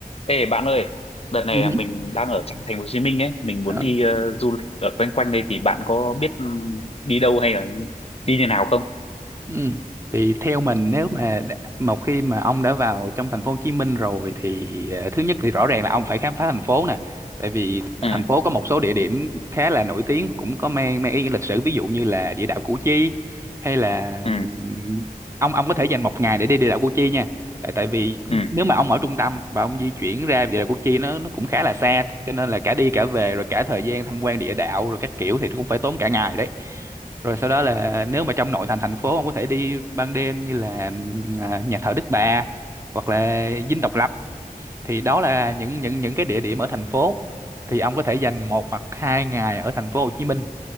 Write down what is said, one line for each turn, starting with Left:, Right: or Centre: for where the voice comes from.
Left: Ê bạn ơi, đợt này
Right: Ừ.
Left: là mình đang ở trong thành phố Hồ Chí Minh ấy, mình muốn
Right: Ờ,
Left: đi ờ, du lịch ở quanh quanh đây thì bạn có biết ừ, đi đâu hay là đi như nào không?
Right: ừ. Thì theo mình nếu mà đã- một khi mà ông đã vào trong thành phố Hồ Chí Minh rồi thì ờ, thứ nhất thì rõ ràng là ông phải khám phá thành phố nè tại vì thành
Left: Ừ,
Right: phố có một số địa điểm khá là nổi tiếng và cũng có mang mang ý nghĩa lịch sử ví dụ như là địa đạo Củ Chi hay là ừm,
Left: ừ,
Right: ông ông có thể dành một ngày để đi địa đạo Củ Chi nha tại tại vì
Left: ừ.
Right: nếu mà ông ở trung tâm và ông di chuyển ra địa đạo Củ Chi nó nó cũng khá là xa cho nên là cả đi cả về rồi cả thời gian tham quan địa đạo rồi các kiểu thì cũng phải tốn cả ngày đấy rồi sau đó là nếu mà trong nội thành thành phố ông có thể đi ban đêm như là ừm, à, nhà thờ Đức Bà hoặc là Dinh Độc Lập thì đó là những những những cái địa điểm ở thành phố thì ông có thể dành một hoặc hai ngày ở thành phố Hồ Chí Minh